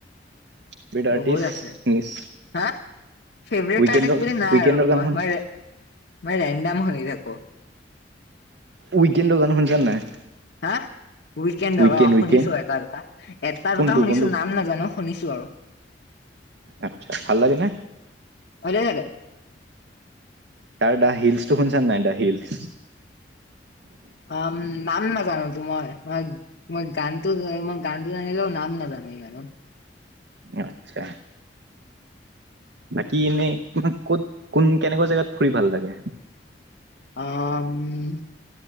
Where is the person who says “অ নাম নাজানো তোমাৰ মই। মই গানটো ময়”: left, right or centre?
Left